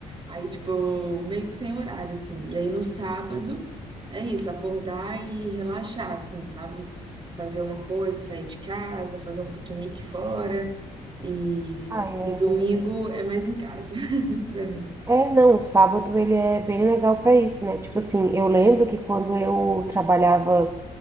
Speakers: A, on the right; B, on the right.
A: Aí, tipo, meio que sem horário, assim. E aí no sábado é isso, acordar e relaxar, assim, sabe? Fazer uma coisa, sair de casa, fazer um piquenique fora. E,
B: Ah, é...
A: e domingo é mais em casa, <laughs> pra mim.
B: é, não, o sábado ele é bem legal para isso, né? Tipo assim, eu lembro que quando eu trabalhava